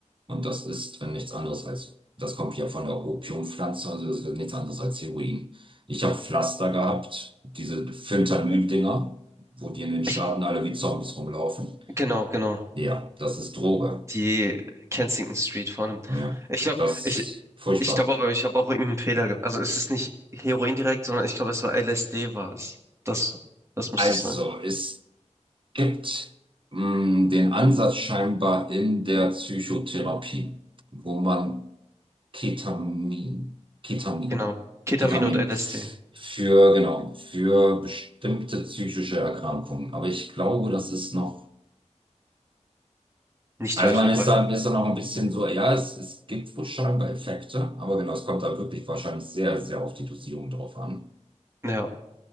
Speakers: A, on the right; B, on the right.
A: Und das ist äh, nichts anderes als, das kommt ja von der Opiumpflanze, also das ist nichts anderes als Heroin. Ich habe Pflaster gehabt, diese Fentanyl-Dinger, wo die in den Staaten
B: Ich,
A: alle wie Zombies rumlaufen.
B: genau, genau.
A: Ja, das ist Droge.
B: Die Kensington Street vor allem.
A: Ja,
B: Ich glaube,
A: das ist
B: ich,
A: furchtbar.
B: ich glaube aber, ich habe auch irgendeinen Fehler gemacht. Also es ist nicht Heroin direkt, sondern ich glaube, es war LSD war es. Das, das müsste
A: Also,
B: es sein.
A: es gibt mh, den Ansatz scheinbar in der Psychotherapie, wo man Ketamin, Ketamin,
B: Genau. Ketamin
A: Ketamin
B: und LSD.
A: für, genau, für bestimmte psychische Erkrankungen. Aber ich glaube, das ist noch,
B: Nicht
A: also
B: weit verbreitet.
A: man ist da, ist da noch ein bisschen so, ja, es, es gibt wohl scheinbar Effekte, aber genau, es kommt da wirklich wahrscheinlich sehr, sehr auf die Dosierung drauf an.
B: Ja.